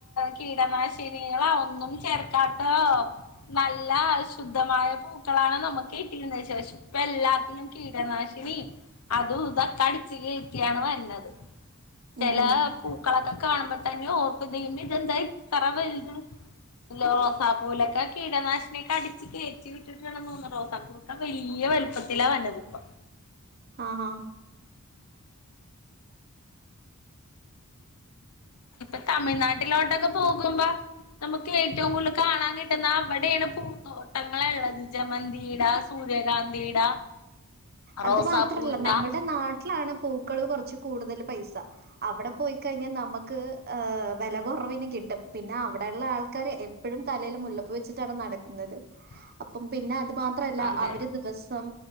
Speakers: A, on the left; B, on the right.
A: കീടനാശിനികളാ, ഒന്നും ചേർക്കാത്ത. നല്ല ശുദ്ധമായ പൂക്കളാണ് നമുക്ക് കിട്ടിയിരുന്ന ശേഷം. ഇപ്പ എല്ലാത്തിനും കീടനാശിനി, അതും, ഇതൊക്കെ അടി- ക്യണ് വരുന്നത്, ചെല-
B: ഉം
A: പൂക്കളൊക്കെ കാണുമ്പോ തന്നെ ഓർ- ദൈവമോ ഇതെന്താ ഇത്ര വലുത്. ല്ല റൊസാപ്പൂലൊക്കെ, കീടനാശിനിയൊക്കെ അടിച്ച് കയറ്റി. അടിച്ചിട്ടാണ് തോന്നുണെ, റോസാ പൂവൊക്കെ വലിയ വലുപ്പത്തിലാ വരുന്നത് ഇപ്പ.
B: ആ ഹാ.
A: ഇപ്പോ തമിഴ്നാട്ടിലോട്ടൊക്കെ പോകുമ്പോ- നമുക്ക് ഏറ്റവും കൂടുതൽ കാണാൻ കിട്ടുന്ന അവിടെയാണ് പുന്തോ- തോട്ടങ്ങള് ഉള്ളത് ജമന്തിട, സൂര്യകാന്തിട. റോസാപ്പൂവിന്റ
B: അത് മാത്രല്ല നമ്മുടെ നാട്ടിലാണ്, പൂക്കള് കുറച്ച് കൂടുതൽ പൈസ അവിടെ പോയിക്കഴിഞ്ഞാൽ- നമുക്ക് ഹ വിലകുറവിന് കിട്ടും. പിന്നെ അവിടെ ഉള്ള ആൾക്കർ- എപ്പോഴും തലയിൽ മുല്ലപ്പു വെച്ചിട്ടാണ് നടക്കുന്നത്.
A: <inaudible>
B: അപ്പം പിന്നെ അത് മാത്രല്ല,
A: അതെ
B: അവര് ദിവസം